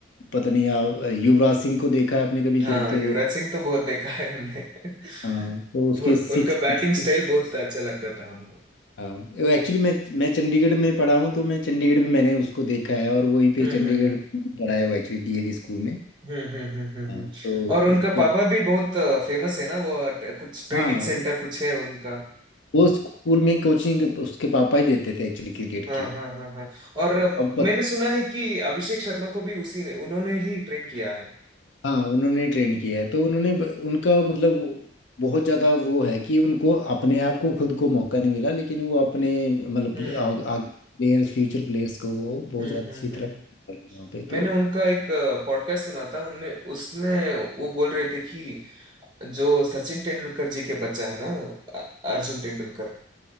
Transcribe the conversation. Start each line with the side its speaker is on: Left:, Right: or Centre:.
Left: पता नहीं आप युवराज सिंह को देखा है आपने कभी
Right: हाँ
Left: खेलते हुए
Right: युवराज सिंह तो बहुत देखा है हमने <laughs>
Left: हाँ तो उसके
Right: बहुत
Left: सिक्स
Right: उनका
Left: सिक्स
Right: बैटिंग स्टाइल बहुत अच्छा लगता था हमको
Left: हाँ एक्चुअली मैं मैं चंडीगढ़ में पढ़ा हूँ तो मैं चंडीगढ़ में मैंने उसको देखा है और वहीं पे
Right: हम्म
Left: चंडीगढ़
Right: हम्म हम्म
Left: में पढ़ा है वो एक्चुअली डीएवी स्कूल में
Right: हम्म हम्म हम्म हम्म, हम्म।
Left: हाँ,
Right: हम्म।
Left: तो
Right: और उनका
Left: उसको
Right: पापा भी बहुत फेमस है ना वो ट- कुछ ट्रेनिंग
Left: हाँ
Right: सेंटर कुछ है उनका
Left: वो स्कूल में कोचिंग उसके पापा ही देते थे एक्चुअली क्रिकेट
Right: हाँ
Left: की
Right: हाँ हाँ हाँ और
Left: तो
Right: अ,
Left: अब
Right: मैंने सुना है कि अभिषेक शर्मा को भी उसी ने उन्होंने ही ट्रेन किया है
Left: हाँ उन्होंने ट्रेन किया है तो उन्होंने ब- उनका मतलब वो- बहुत ज़्यादा वो है कि उनको अपने आप को खुद को मौका नहीं मिला लेकिन वो अपने मतलब
Right: हम्म
Left: प्ले- आग- आगे प्लेयर्स फ्यूचर प्लेयर्स को वो बहुत
Right: हम्म
Left: ज़्यादा
Right: हम्म
Left: अच्छी तरह
Right: हम्म
Left: कर रहे हैं वहाँ पे तो
Right: मैंने उनका एक पॉडकास्ट सुना था उनने उसमें वो बोल रहे थे कि जो सचिन तेंदुलकर जी के बच्चा है ना अ- अर्जुन तेंदुलकर